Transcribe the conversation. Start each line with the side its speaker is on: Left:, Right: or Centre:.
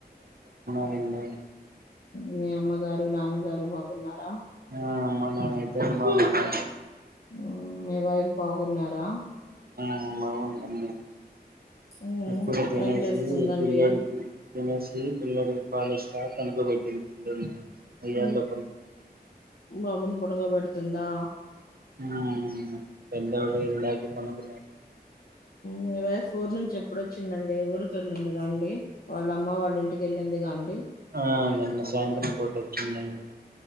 Right: అండి
Left: మీ అమ్మగారు నాన్నగారు బాగున్నారా?
Right: ఆ అమ్మ నాన్న ఇద్దరు బాగున్నారు.
Left: ఉమ్ మీ వైఫ్ బాగున్నారా?
Right: ఉమ్ బాగుందామ్మా
Left: ఉమ్,
Right: ఇప్పుడే తినేసి
Left: ఏం చేస్తుందండి
Right: పిల్లోడికి తినేసి పిల్లోడికి పాలు ఇస్తా, పడుకో బెట్టింది పిల్లోని ఉయ్యాల్లో
Left: బాబును పడుకో పెడుతుందా.
Right: ఉమ్ పెద్దోడు ఇందాకనే పడుకున్నాడు.
Left: మీ వైఫ్ ఊరు నుంచి ఎప్పుడొ చ్చిందండి ఊరికి వెళ్ళిందిగ అండి వాళ్ళ అమ్మ వాళ్ళ ఇంటికి వెళ్ళిందిగ అండి
Right: ఆ నిన్న సాయంత్రం పూట వచ్చిందండి.